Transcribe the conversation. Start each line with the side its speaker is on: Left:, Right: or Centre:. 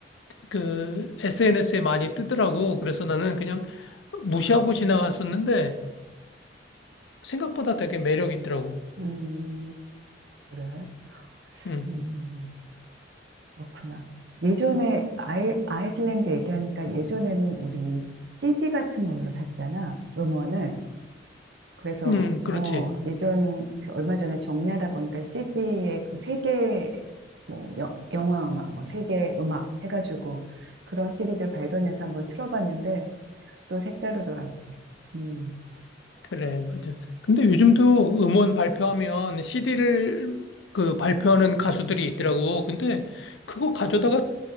Left: 그 SNS에 많이 뜨더라고. 그래서 나는 그냥 무시하고 지나갔었는데, 생각보다 되게 매력 있더라고.
Right: 음, 그래.
Left: 응,
Right: 음, 그렇구나. 예전에 아이, 아이슬란드 얘기하니까 예전에는 우리 CD 같은 걸로 샀잖아, 음원을. 그래서
Left: 응, 그렇지.
Right: 어 예전 그 얼마 전에 정리하다 보니까 CD에 그 세계 뭐 여- 영화 음악 뭐 세계 음악 해가지고 그런 CD들 발견해서 한번 틀어봤는데 또 색다르더라고. 음
Left: 그래, 맞아. 근데 요즘도 음원 발표하면 CD를 그 발표하는 가수들이 있더라고. 근데 그거 가져다가